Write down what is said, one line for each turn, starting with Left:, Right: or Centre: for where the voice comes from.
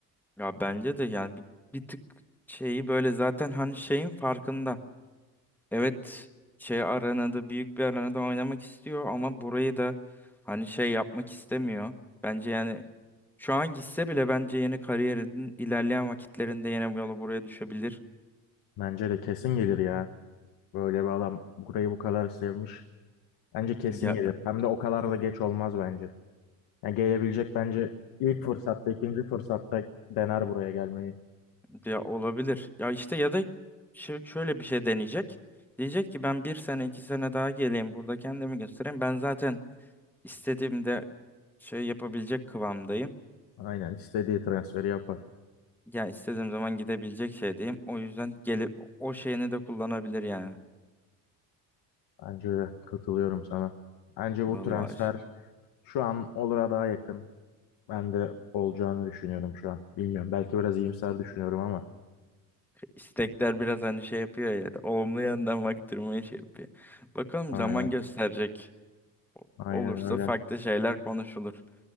Centre: Ya bence de yani bir, bir tık şeyi böyle zaten hani şeyin farkında. Evet şey arenada büyük bir arenada oynamak istiyor ama burayı da hani şey yapmak istemiyor. Bence yani şu an gitse bile bence yeni kariyerinin ilerleyen vakitlerinde yine bu yola buraya düşebilir.
Left: Bence de kesin gelir ya. Böyle bir adam burayı bu kadar sevmiş. Bence kesin
Centre: Ya,
Left: gelir. Hem de o kadar da geç olmaz bence. Yani gelebilecek bence ilk fırsatta, ikinci fırsatta dener buraya gelmeyi.
Centre: ya olabilir. Ya işte ya da şö- şöyle bir şey deneyecek. Diyecek ki ben bir sene iki sene daha geleyim burada kendimi göstereyim. Ben zaten istediğimde şey yapabilecek kıvamdayım.
Left: Aynen istediği transferi yapar.
Centre: Ya istediğim zaman gidebilecek şeydeyim. O yüzden gelip o şeyini de kullanabilir yani.
Left: Bence de katılıyorum sana. Bence bu
Centre: Vallahi
Left: transfer şu an olura daha yakın. Ben de olacağını düşünüyorum şu an. Bilmiyorum. Belki biraz iyimser düşünüyorum ama.
Centre: istekler biraz hani şey yapıyor ya. Olumlu yandan baktırmayı şey yapıyor. Bakalım
Left: Aynen.
Centre: zaman gösterecek. O-
Left: Aynen
Centre: Olursa
Left: öyle.
Centre: farklı şeyler konuşulur.